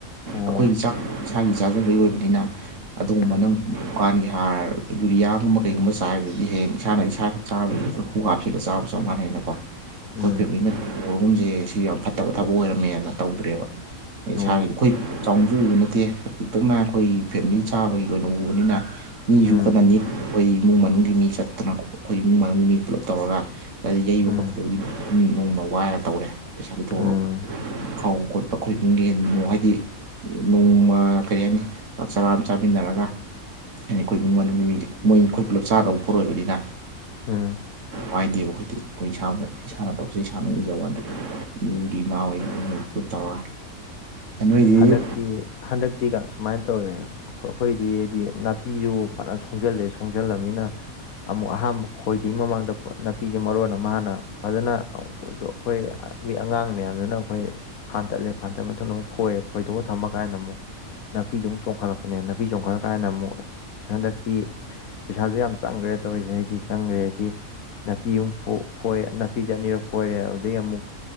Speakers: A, on the left (about 85°); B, on the right (about 60°).
A: ꯑꯣ
B: ꯑꯩꯈꯣꯏꯒꯤ ꯆꯥꯛ ꯏꯁꯥꯒꯤ ꯆꯥꯛꯖꯕꯩ ꯑꯣꯏꯕꯅꯤꯅ ꯑꯗꯨꯒꯨꯝꯕ
A: ꯎꯝ
B: ꯅꯪ ꯊꯗꯨꯀꯥꯟꯒꯤ ꯍꯥꯔ ꯌꯨꯔꯤꯌꯥꯒꯨꯝꯕ ꯀꯩꯒꯨꯝꯕ ꯆꯥꯏꯕꯗꯨꯗꯤ ꯍꯌꯦꯡ ꯏꯁꯥꯅ ꯏꯁꯥ ꯆꯥꯕ ꯑꯗꯣ ꯀꯨ ꯍꯥꯞꯆꯤꯜꯂꯒ ꯆꯥꯕ ꯆꯞ ꯃꯥꯟꯅ ꯍꯦꯅꯀꯣ ꯑꯩꯈꯣꯏ
A: ꯎꯝ
B: ꯐꯦꯃꯤꯂꯤꯅ ꯎꯒꯨꯝꯁꯦ ꯁꯤ ꯌꯥꯝ ꯐꯠꯇꯕ ꯊꯕꯛ ꯑꯣꯏꯔꯝꯃꯦꯅ ꯇꯧꯗ꯭ꯔꯦꯕ ꯑꯩ
A: ꯑꯣ
B: ꯏꯁꯥꯒꯤꯗꯤ ꯑꯩꯈꯣꯏ ꯆꯥꯎꯅꯁꯨ ꯅꯠꯇꯦ ꯄꯄꯤꯛꯇꯛꯅ ꯑꯩꯈꯣꯏꯒꯤ ꯐꯦꯃꯤꯂꯤ ꯆꯥꯕꯒꯤ ꯑꯣꯏꯅ ꯎꯕꯅꯤꯅ ꯃꯤꯁꯨ
A: ꯎꯝ
B: ꯀꯟꯅꯅꯤ ꯑꯩꯈꯣꯏ ꯏꯃꯨꯡ ꯃꯅꯨꯡꯒꯤ ꯃꯤ ꯆꯠꯇꯅ ꯑꯩꯈꯣꯏ ꯏꯃꯨꯡ ꯃꯅꯨꯡꯒꯤ ꯃꯤ ꯄꯨꯜꯂꯞ ꯇꯧꯔꯒ ꯌꯩꯕ
A: ꯎꯝ
B: ꯈꯣꯠꯄꯗꯕꯨ ꯎꯝ ꯅꯣꯡꯃ ꯋꯥꯏꯔ ꯇꯧꯔꯦ ꯄꯩꯁꯥ ꯄꯤꯊꯣꯛꯒ
A: ꯎꯝ
B: ꯈꯥꯎ ꯈꯣꯠꯄ ꯑꯩꯈꯣꯏ ꯑꯗꯨꯅꯨꯡ ꯌꯦꯟꯃꯨꯣ ꯍꯥꯏꯗꯤ ꯅꯣꯡꯃ ꯀꯔꯤꯅꯤ ꯆꯥꯛ ꯆꯔꯥ ꯑꯃ ꯆꯥꯃꯤꯟꯅꯔꯒ ꯍꯥꯏꯗꯤ ꯑꯩꯈꯣꯏ ꯏꯃꯨꯡ ꯃꯅꯨꯡꯒꯤ ꯃꯤ ꯃꯣꯏ ꯑꯩꯈꯣꯏ ꯄꯨꯂꯞ ꯆꯥꯗꯕ ꯄꯣꯠꯛꯣꯏꯕꯅꯤꯅ
A: ꯎꯝ
B: ꯄꯥꯏꯗꯦ ꯑꯩꯈꯣꯏꯗꯤ ꯑꯩꯈꯣꯏ ꯏꯁꯥꯃꯛ ꯏꯁꯥꯅ ꯇꯧꯁꯦ ꯏꯁꯥꯅ ꯎꯖꯕ ꯑꯗ ꯌꯨꯝꯒꯤ ꯏꯃꯥ ꯍꯣꯏꯕꯠ ꯇꯧꯔꯒ ꯅꯣꯏꯗꯤ
A: ꯍꯟꯗꯛꯇꯤ ꯍꯟꯗꯛꯇꯤꯒ ꯁꯨꯃꯥꯏꯅ ꯇꯧꯔꯦ ꯑꯩꯈꯣꯏꯗꯤ ꯍꯥꯏꯗꯤ ꯅꯥꯄꯤꯁꯨ ꯐꯖ ꯁꯣꯡꯖꯜꯂꯦ ꯁꯣꯡꯖꯜꯂꯕꯅꯤꯅ ꯑꯃꯨꯛ ꯑꯍꯥꯟꯕ ꯈꯣꯏꯗꯉ ꯃꯃꯥꯡꯗ ꯅꯥꯄꯤꯁꯦ ꯃꯔꯨꯅ ꯃꯍꯥꯛꯅ ꯐꯖꯅ ꯑꯩꯈꯣꯏ ꯑꯩ ꯑꯉꯥꯡ ꯃꯌꯥꯝꯗꯨꯅ ꯑꯩꯈꯣꯏ ꯐꯥꯇꯠꯂꯦ ꯐꯥꯇꯠ ꯃꯇꯝꯗ ꯑꯃꯨꯛ ꯈꯣꯏꯔꯦ ꯈꯣꯏꯗꯣꯛꯑ ꯊꯝꯃ ꯀꯥꯟꯗ ꯑꯃꯨꯛ ꯅꯥꯄꯤꯗꯨ ꯑꯃꯛ ꯆꯣꯡꯈꯠꯂꯛꯄꯅꯦ ꯅꯥꯄꯤ ꯆꯣꯡꯈꯠꯂ ꯀꯥꯟꯗ ꯑꯃꯨꯛ ꯑꯁ ꯍꯟꯗꯛꯇꯤ ꯄꯩꯁꯥꯁꯨ ꯌꯥꯝ ꯆꯪꯈ꯭ꯔꯦ ꯇꯧꯔꯤꯁꯦ ꯍꯥꯏꯗꯤ ꯆꯪꯈ꯭ꯔꯦ ꯍꯥꯏꯗꯤ ꯅꯥꯄꯤ ꯑꯨ ꯅꯥꯄꯤ ꯆ ꯑꯅꯤꯔꯛ ꯐꯣꯏꯔꯦ ꯑꯗꯨꯗꯒꯤ ꯑꯃꯨꯛ